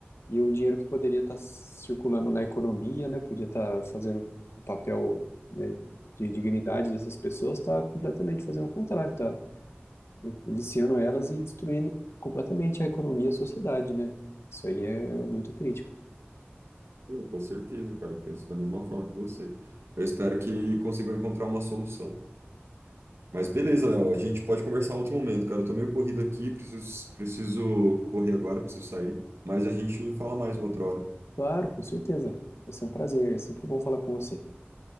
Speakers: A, on the left; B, on the right.
A: E o dinheiro que poderia estar circulando na economia, né? Podia estar fazendo o papel, né, de dignidade dessas pessoas, está completamente fazendo o contrário, tá viciando elas e destruindo completamente a economia e a sociedade, né? Isso aí é muito crítico.
B: Pô, Com certeza, cara, eu penso da mesma forma que você. Eu espero que consigam encontrar uma solução. Mas beleza, Léo, a gente pode conversar em outro momento, cara. Eu tô meio corrido aqui, preciso, preciso correr agora, preciso sair. Mas a gente fala mais outra hora.
A: Claro, com certeza. Vai ser um prazer. É sempre bom falar com você.